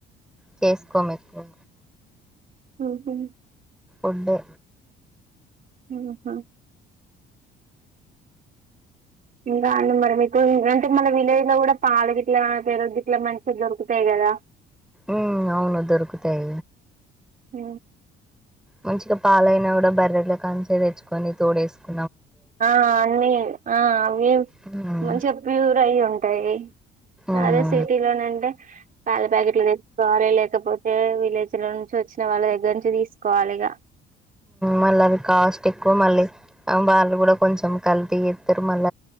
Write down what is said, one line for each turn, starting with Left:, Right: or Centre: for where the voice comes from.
Centre: చేసుకోము ఎక్కువ
Right: ఓహో
Centre: ఉండే
Right: ఆహా ఇంకా అండి మరి మీకు అంటే మన విలేజ్ లో కూడా పాలు గిట్ల పెరుగు గిట్లా మంచిగ దొరుకుతాయి కదా దా
Centre: ఉమ్ అవును దొరుకుతయి
Right: ఆ
Centre: మంచిగ పాలైనా కూడా బర్రెల కాంచలి తెచ్చుకొని తోడేసుకొని
Right: ఆ అన్నీ ఆ అవి
Centre: ఉమ్
Right: మంచిగా ప్యూర్ అయి ఉంటయి
Centre: అవును
Right: అదే సిటీలోనంటే పాల ప్యాకెట్లు తెచ్చుకోవాలే లేకపోతే విలేజ్ లో నుంచి వచ్చిన వాళ్ళ దగ్గర నుంచి తీసుకోవాలి ఇక
Centre: మళ్ళ అవి కాస్ట్ ఎక్కువ మళ్ళీ వాళ్ళు కూడా కొంచెం కల్తీ చేస్తరు మళ్ళ